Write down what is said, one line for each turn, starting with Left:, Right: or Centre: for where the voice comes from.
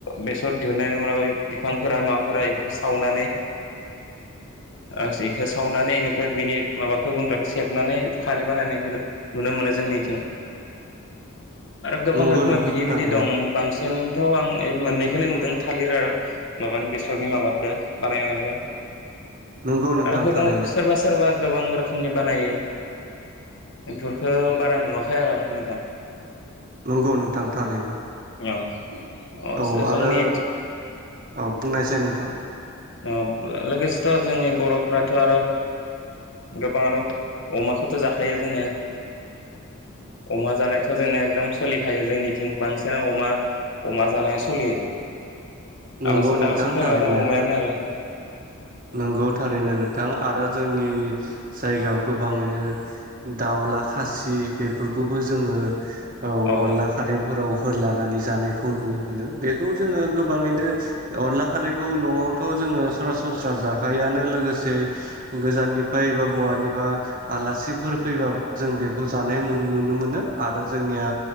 Left: बेसर दिहुननायनि उनाव ओइ बिफांफोरा मा फोरा इफोरखौ सावनानै ओ जेखो सावनानै ओमफ्राय बिनि माबाखौ गुन्द्राखौ सेबनानै खारै बानायनायखौ नुनो मोनो जोंनिथिं। आरो गोबां
Right: नंगौ
Left: रोखोमा
Right: नोंथां
Left: बिदि
Right: थारैनो
Left: बिदि दं बांसिन एनोथ' आं मोननैखोनो नुदों थालिर आरो माबानि बेसरनि माबाखो बानायनायखो।
Right: नंगौ नोंथां
Left: आरो गोबां
Right: थारैनो
Left: सोरबा सोरबा गोबां रोखोमनि बानायो एफोरखो बारा नुवाखै आरो आं नोंथां।
Right: नंगौ नोंथां थारैनो।
Left: औ
Right: औ
Left: अ जोंनि
Right: आरो औ बुंनायसाय नोंथां?
Left: औ लोगोसेथ' जोंनि बर'फ्राथ' आरो गोबाङानो अमाखोथ' जाखायो जोंनिया अमा जानायाथ' जोंनिया एकदम सोलिखायो जोंनिथिं बांसिनानो अमा अमा जानाया सोलियो।
Right: नंगौ
Left: आलासि
Right: नोंथां
Left: दालासि फैबानो
Right: थारैनो
Left: अमायानो आरो।
Right: नंगौ थारैनो नोंथां। आरो जोंनि जायगायाव गोबाङैनो दावला खासि बेफोरखौबो जोङो ओ
Left: अ
Right: अनला खारैफोराव होलानानै जानायखौ नुनो मोनो बेखौ जोङो गोबाङैनो अनला खारैखौ न'आवथ' जोङो सरा सनस्रा जाखायोआनो लोगोसे गोजाननिफ्राय एबा बहानिबा आलासिफोर फैबा जों बेखौ जानाय नुनो मोनो आरो जोंनिया